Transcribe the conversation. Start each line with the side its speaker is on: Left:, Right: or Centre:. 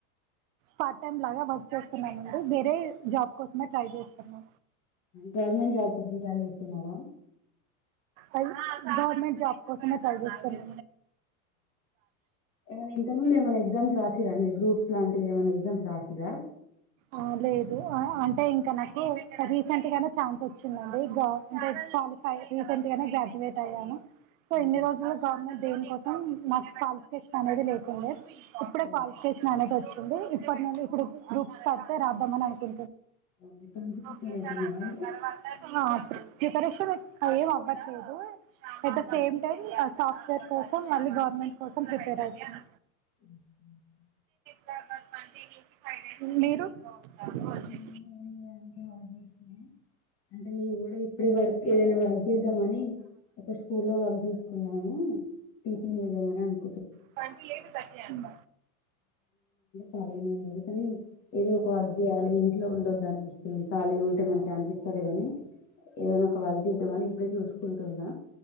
Right: పార్ట్ టైమ్ లాగా వర్క్ చేస్తున్నానండి వేరే జాబ్ కోసమే ట్రై చేస్తున్నా
Left: గవర్నమెంట్ జబ్ కోసం ట్రై చేస్ తిన్నారా
Right: అది గవర్నమెంట్ జాబ్ కోసమే ట్రై చేస్తారు
Left: ఇంక <unintelligible> ఏమన్నా ఎగ్జామ్స్ రాసిర్రా అండి గ్రూప్స్ లాంటివి ఏమైనా ఎగ్జామ్స్ రాసిర్రా
Right: ఆ లేదు ఆ అంటే ఇంకా నాకు రీసెంట్ గానే ఛాన్స్ వచ్చిందండింటే క్వాలిఫై రీసెంట్ గానే గ్రాడ్యుయేట్ అయ్యాను సో
Left: అవును.
Right: ఎన్ని రోజులు గవర్నమెంట్ దని కోసం మాకు కాలిఫికేషన్ గత లేటు ఉండే ఇప్పుడే
Left: ఓహ్!
Right: క్వాలిఫికేషష్ అనేది వచ్చి ఇప్పటి నుండి ఇప్పుడు గ పడితే రాద్దామని అనుకు
Left: ఓహ్! ఇప్పటి నుంచి ప్రిపేర్
Right: ఓకే
Left: అయితున్నారా
Right: సార్ అన్న
Left: మీరు?
Right: తర్వాత ప్రిపరేషన్ ఎ ఏం అవ్వట్లేదు at the
Left: oh!
Right: Same time software కోసం మళ్ళీ గవర్నమెంట్ కోసం ప్రిపేర్ అయితునా
Left: మ్మ్ హ్మ్
Right: జాన్వేరీ ట్వంటీ నుంచి ఫైవ్ డేస్ మీరు ఆ
Left: నేను ఏం లేదండి. హౌస్ వైఫ్‌నే. అంటే మేము కూడా ఇప్పుడ వర్క్ ఏదైనా వర్క్ చేద్దామని ఒక స్కూల్ లో వర్క్ చేసుకున్నాము టీచంగ్ <unintelligible>
Right: ట్వంటీ ఎయిట్ థర్టీ అంట
Left: కాలేజీ ఉందని తెల్ ఏదో ఒక వర్క్ చేయాలి ఇంట్లో ఉండొద్దు అనిపిస్తుంది ఖాళీ ఉంటే మంచిగా అనిపిస్త లేదనీ ఏదైనా ఒక వర్క్ చేద్దామ అని ఇప్పుడే చూసుకుంటున్న